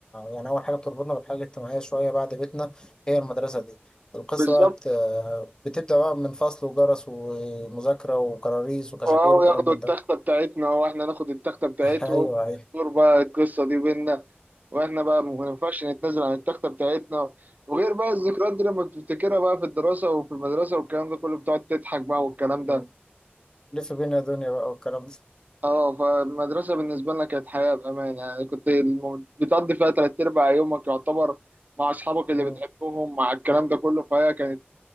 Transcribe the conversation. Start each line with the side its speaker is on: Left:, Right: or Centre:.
Left: يعني أول حاجة بتربطنا بالحياة الاجتماعية شوية بعد بيتنا هي المدرسة دي القصة
Right: بالظبط
Left: بقى بت... بتبدأ بقى من فصل وجرس ومذاكرة وكراريس وكشاكيل
Right: واو
Left: وكلام
Right: ياخدوا
Left: من
Right: التختة
Left: ده
Right: بتاعتنا واحنا ناخد التختة بتاعتهم
Left: <laughs> أيوه أيوه
Right: دور بقى القصة دي بينا واحنا بقى ما ينفعش نتنازل عن التختة بتاعتنا وغير بقى الذكريات دي لما بتفتكرها بقى في الدراسة وفي المدرسة والكلام ده كله بتقعد تضحك بقى والكلام ده
Left: <laughs> لف بينا يا دنيا بقى والكلام
Right: اه فالمدرسة بالنسبة لنا كانت حياة بأمانة يعني كنت الم- بتقضي فيها تلات أرباع يومك يعتبر مع أصحابك اللي
Left: ده
Right: بتحبهم مع الكلام ده كله فهي كانت